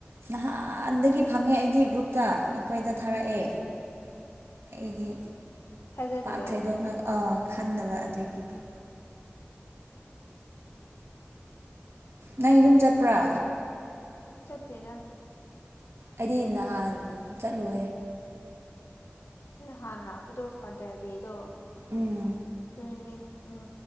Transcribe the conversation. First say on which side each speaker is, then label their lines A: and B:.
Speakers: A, on the right; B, on the left.
A: ꯅꯍꯥꯟꯗꯒꯤ ꯐꯪꯉꯦ ꯑꯩꯗꯤ ꯒ꯭ꯔꯨꯞꯇ ꯑꯩꯈꯣꯏꯗ ꯊꯥꯔꯛꯑꯦ ꯏꯗꯤ
B: ꯊꯥꯖꯗꯕ
A: ꯄꯥꯛ ꯊꯩꯗꯣꯛꯅ ꯑꯥ ꯈꯟꯗꯕ ꯑꯗꯨꯒꯤ ꯅꯪ ꯌꯨꯝ ꯆꯠꯄ꯭ꯔꯥ
B: ꯁꯠꯇꯦꯒ
A: ꯑꯩꯗꯤ ꯅꯍꯥꯟ ꯆꯠꯂꯦ
B: ꯍꯥꯟꯅ ꯂꯥꯛꯄꯗꯣ ꯐꯥꯗꯔ ꯗꯦꯗꯣ
A: ꯎꯝ
B: ꯑꯗꯨ ꯅꯨꯃꯤꯠ ꯎꯝ